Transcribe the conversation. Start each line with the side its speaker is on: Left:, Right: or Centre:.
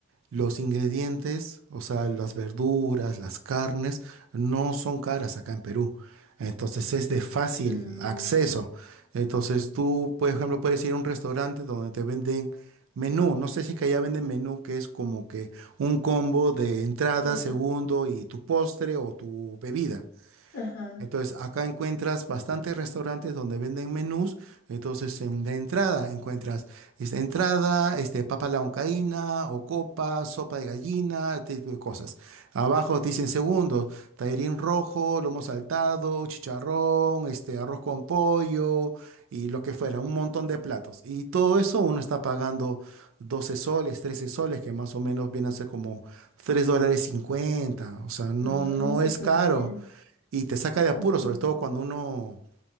Right: Los ingredientes, o sea, las verduras, las carnes, no son caras acá en Perú. Entonces es de fácil
Left: Mm,
Right: acceso. Entonces tú, por ejemplo, puedes ir a un restaurante donde te venden menú. No sé si es que allá venden menú, que es como que un combo de entrada,
Left: ajá,
Right: segundo y tu postre o tu bebida.
Left: ajá.
Right: Entonces, acá encuentras bastantes restaurantes donde venden menús. Entonces, en, de entrada encuentras esta entrada, este, papa a la huancaína o copa, sopa de gallina, este tipo de cosas. Abajo te dicen segundos, tallarín rojo, lomo saltado, chicharrón, este, arroz con pollo y lo que fuera, un montón de platos. Y todo eso uno está pagando 12 soles, 13 soles, que más o menos viene a ser como 3 dólares 50. O sea, no,
Left: Ay,
Right: no
Left: súper
Right: es caro
Left: bien.
Right: y te saca de apuro,
Left: Ujú.
Right: sobre todo cuando uno